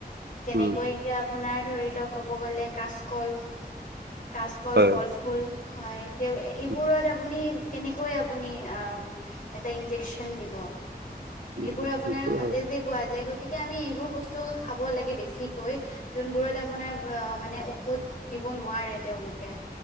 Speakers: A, on the left; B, on the right.
A: যেনেকৈ
B: উম,
A: এতিয়া আপোনাৰ ধৰি লওঁক ক'ব গ'লে কাচকল, কাচকল
B: হয়।
A: কলফুল হয়, তেওঁ এইবোৰত
B: উম,
A: আপুনি কেনেকৈ আপুনি অ' এটা ইনজেকন দিব।
B: উম,
A: এইবোৰ আপোনাৰ
B: সেইটো
A: সতেজেই
B: হয়।
A: পোৱা যায়, গতিকে আমি এইবোৰ বস্তু খাব লাগে বেছিকৈ যোনবোৰত আপোনাৰ ৱ মানে ঔষধ দিব নোৱাৰে তেওঁলোকে।